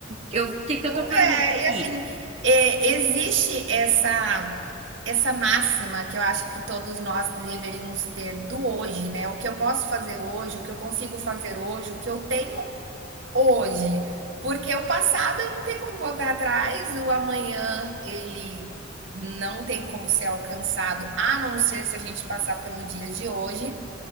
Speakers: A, on the right; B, on the right.
A: Eu, o que que
B: Eu,
A: eu tô fazendo
B: é, e
A: aqui?
B: assim, é, existe essa essa máxima que eu acho que todos nós deveríamos ter do hoje, né? O que eu posso fazer hoje, o que eu consigo fazer hoje, o que eu tenho hoje. Porque o passado eu não tenho como voltar atrás, o amanhã ele não tem como ser alcançado, a não ser se a gente passar pelo dia de hoje.